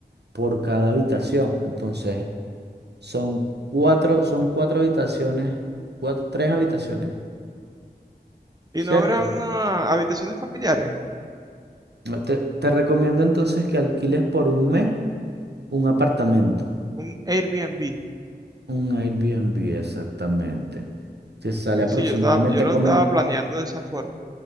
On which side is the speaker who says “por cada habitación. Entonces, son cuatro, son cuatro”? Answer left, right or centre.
Right